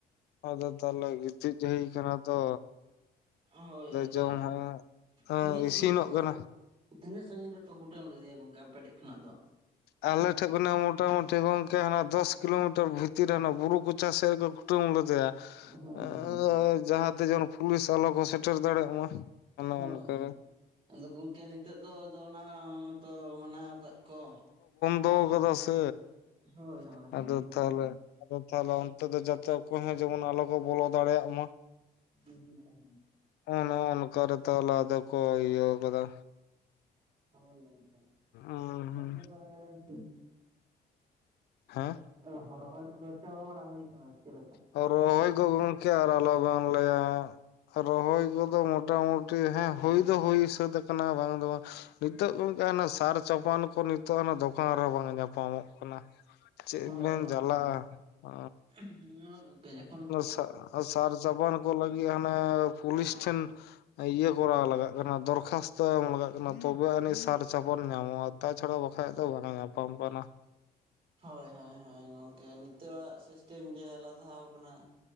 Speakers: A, on the left; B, on the right.
A: ᱟᱫᱚ ᱛᱟᱦᱞᱮ ᱜᱤᱛᱤᱡ ᱪᱮᱭ ᱠᱟᱱᱟ ᱛᱚ
B: ᱚᱦᱳᱭ ᱟᱫᱚ
A: ᱡᱚᱢ ᱦᱚᱸ
B: ᱛᱤᱱᱟᱹᱜ ᱥᱟᱺᱜᱤᱧ
A: ᱤᱥᱤᱱᱚᱜ
B: ᱨᱤᱠᱚ
A: ᱠᱟᱱᱟ
B: ᱛᱤᱱᱟᱹᱜ ᱥᱟᱺᱜᱤᱧ ᱨᱮᱠᱚ ᱠᱩᱴᱟᱹᱢ ᱞᱮᱫᱮᱭᱟ ᱜᱚᱝᱠᱮ ᱟᱯᱮᱴᱷᱮᱡ ᱠᱷᱚᱱᱟᱜ ᱫᱚ?
A: ᱟᱞᱮᱴ ᱴᱷᱮᱜ ᱜᱷᱚᱱᱟᱜ ᱢᱚᱴᱟ-ᱢᱩᱴᱤ ᱜᱚᱝᱠᱮ ᱦᱟᱱᱟ ᱫᱚᱥ ᱠᱤᱞᱳᱢᱤᱴᱟᱨ ᱵᱷᱤᱛᱤᱨ ᱨᱮ ᱚᱱᱟ ᱵᱩᱨᱩ ᱠᱚᱪᱟ ᱥᱮᱜ ᱨᱮᱠᱚ ᱠᱩᱴᱟᱹᱢ ᱞᱮᱫᱮᱭᱟ
B: ᱦᱩᱸ
A: ᱟᱹ
B: ᱦᱩᱸ
A: ᱡᱟᱦᱟᱸ ᱛᱮ ᱡᱮᱢᱚᱱ ᱯᱷᱩᱞᱤᱥ ᱟᱞᱚ ᱠᱚ ᱥᱮᱴᱮᱨ ᱫᱟᱲᱮᱭᱟᱜ ᱢᱟ ᱚᱱᱮ
B: ᱦᱳᱭ
A: ᱚᱱᱠᱟ
B: ᱦᱳᱭ
A: ᱨᱮ
B: ᱟᱫᱚ ᱜᱚᱝᱠᱮ ᱱᱤᱛᱟᱹᱜ ᱫᱚ ᱟᱫᱚ ᱚᱱᱟ ᱢᱚᱸᱛ ᱛᱚ ᱢᱟᱱᱟᱣ ᱣᱚᱠᱚᱫ ᱠᱚ
A: ᱫᱚ ᱠᱟᱫᱟ ᱥᱮ
B: ᱦᱳᱭ ᱦᱳᱭ
A: ᱟᱫᱚ
B: ᱦᱮᱸ
A: ᱛᱷᱟᱦᱞᱮ ᱟᱫᱚ ᱛᱟᱦᱞᱮ ᱚᱱᱛᱮ ᱫᱚ ᱡᱟᱛᱮ ᱚᱠᱚᱭ ᱦᱚᱸ ᱡᱮᱢᱚᱱ ᱟᱞᱚ ᱠᱚ ᱵᱚᱞᱚ ᱫᱟᱲᱮᱭᱟᱜ ᱢᱟ᱾
B: ᱦᱩᱸ ᱦᱩᱸ <unintelligible>
A: ᱚᱱᱚ ᱚᱱᱠᱟ ᱨᱮ ᱛᱟᱦᱞᱟ ᱟᱫᱮ ᱠᱚ ᱤᱭᱟᱹᱣ ᱠᱟᱫᱟ
B: ᱦᱳᱭ ᱜᱚᱝᱠᱮ
A: ᱚᱸᱻ
B: ᱵᱚᱝᱠᱮ ᱛᱟᱦᱞᱮ <inaudible>
A: ᱦᱮᱸ
B: ᱚᱦ ᱨᱚᱦᱚᱭ ᱠᱚᱫᱚ ᱪᱟᱵᱟ ᱵᱟᱲᱟ ᱦᱩᱭ ᱠᱟᱱᱟ ᱪᱮ ᱞᱮᱠᱟ?
A: ᱦᱚ ᱨᱚᱦᱚᱭ ᱠᱚ ᱜᱚᱝᱠᱮ ᱟᱨ ᱟᱞᱚ ᱵᱚᱝ ᱞᱟᱹᱭᱟ ᱨᱚᱦᱚᱭ ᱠᱚᱫᱚ ᱢᱚᱴᱟ-ᱢᱩᱴᱤ ᱦᱮᱸ ᱦᱩᱭ ᱫᱚ ᱦᱩᱭ ᱥᱟᱹᱫ ᱟᱠᱟᱱᱟ ᱵᱟᱝ ᱫᱚ ᱵᱟᱝ ᱱᱤᱛᱚᱜ ᱜᱚᱝᱠᱮ ᱦᱟᱱᱮ ᱥᱟᱨ ᱪᱟᱯᱟᱱ ᱠᱚ ᱱᱤᱛᱚᱜ ᱦᱟᱱᱮ ᱫᱚᱠᱟᱱ ᱨᱮᱦᱚᱸ ᱵᱟᱝ ᱧᱟᱯᱟᱢᱚᱜ ᱠᱟᱱᱟ ᱪᱮᱜ
B: ᱦᱳᱭ
A: ᱵᱮᱱ
B: ᱦᱳᱭ
A: ᱡᱟᱞᱟ
B: ᱦᱳᱭ
A: ᱚ
B: ᱦᱳᱭ ᱜᱚᱝᱠᱮ ᱡᱚᱠᱷᱚᱱ
A: ᱥᱟ ᱥᱟᱨ ᱪᱟᱵᱟᱱ ᱠᱚ ᱞᱟᱹᱜᱤᱜ ᱦᱟᱱᱮ ᱯᱩᱞᱤᱥ ᱴᱷᱮᱱ ᱤᱭᱟᱹ ᱠᱚᱨᱟᱣ ᱞᱟᱜᱟᱜ ᱠᱟᱱᱟ ᱫᱚᱨᱠᱷᱟᱥᱛᱚ ᱮᱢ ᱞᱟᱜᱟᱜ ᱠᱟᱱᱟ ᱛᱚᱵᱮ ᱟᱹᱱᱤᱡ ᱥᱟᱨ ᱪᱟᱯᱟᱱ ᱧᱟᱢᱚᱜᱼᱟ ᱛᱟ ᱪᱷᱟᱲᱟᱣ ᱵᱟᱠᱷᱟᱡ ᱫᱚ ᱵᱟᱝ ᱧᱟᱯᱟᱢ ᱠᱟᱱᱟ
B: <inaudible> ᱦᱳᱭ ᱦᱳᱭ ᱜᱚᱢᱠᱮ ᱱᱤᱛᱚᱜ-ᱟ ᱥᱤᱥᱴᱮᱢ ᱜᱮ ᱟᱞᱟᱫᱟ ᱠᱟᱱᱟ᱾